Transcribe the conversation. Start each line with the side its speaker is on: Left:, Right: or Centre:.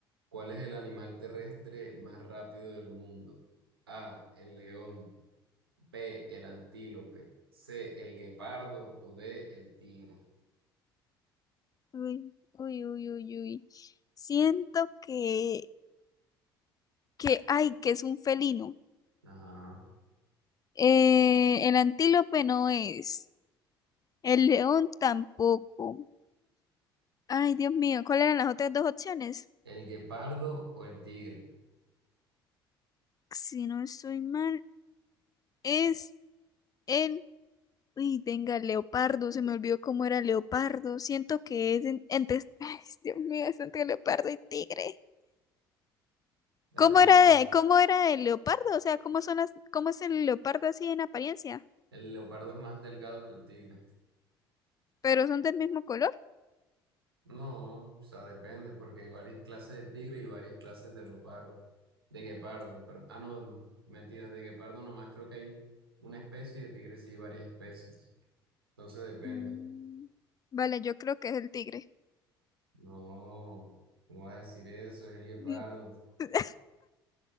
Right: ¿Cuál es el animal terrestre más rápido del mundo? A, el león, B, el antílope, C, el guepardo o D, el tigre.
Left: Uy, uy, uy, uy, uy. Siento que, que, ay, que es un felino.
Right: Ajá.
Left: Eh, el antílope no es. El león tampoco. Ay, Dios mío, ¿cuáles eran las otras dos opciones?
Right: ¿El guepardo o el tigre?
Left: Si no estoy mal, es el... Uy, venga, el leopardo, se me olvidó cómo era el leopardo. Siento que es en- entre... <laughs> Ay, Dios mío, es entre leopardo y tigre.
Right: Dale,
Left: ¿Cómo
Right: dale,
Left: era
Right: dale.
Left: de, cómo era el leopardo? O sea, ¿cómo son las, cómo es el leopardo así en apariencia?
Right: El leopardo es más delgado que el tigre.
Left: Pero son del mismo color.
Right: No, o sea, depende, porque hay varias clases de tigre y varias clases de leopardo, de guepardo, pero, ah, no, mentiras de guepardo nomás creo que hay una especie y de tigre sí hay varias especies, entonces depende.
Left: Mm, Vale, yo creo que es el tigre.
Right: No, ¿cómo vas a decir eso? Es el guepardo.
Left: Mm, <laughs>